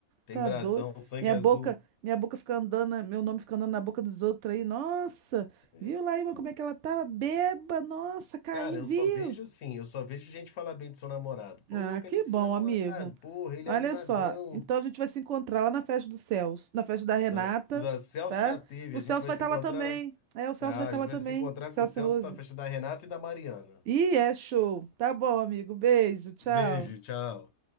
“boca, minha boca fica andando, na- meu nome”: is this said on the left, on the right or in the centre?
Right